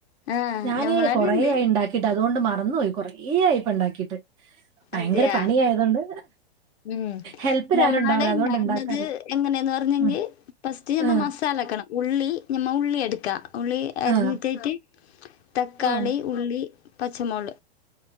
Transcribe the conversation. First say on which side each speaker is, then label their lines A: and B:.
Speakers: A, on the left; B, on the right.
A: ആഹ്
B: ഞാന്
A: ഞമ്മളാടെണ്ട്
B: കൊറേ ആയി ഉണ്ടാക്കി ക്കിട്ട് അതുകൊണ്ട് മറന്നു പോയി കൊറേ ആയിപ്പണ്ടാക്കിട്ട് ഭയങ്കര
A: അതെയാ
B: പണിയായതുകൊണ്ട്
A: ഉം
B: ഹെൽപ്പിന്
A: ഞമ്മളാടെ
B: ആരും ഉണ്ടാവില്ല അതുകൊണ്ട്
A: ഇണ്ടാക്കുന്നത്
B: ഉണ്ടാക്കാറില്ല
A: എങ്ങനെയന്ന് പറഞ്ഞെങ്കിൽ
B: ഉം
A: ഫസ്റ്റ് ഞമ്മ
B: ആഹ്
A: മസാലാക്കണം ഉള്ളി ഞമ്മ ഉള്ളി എടുക്കാ ഉള്ളി അരിഞ്ഞിട്ടേട്ട്
B: ആഹ്
A: തക്കാളി
B: ഓ
A: ഉള്ളി പച്ചമോൾ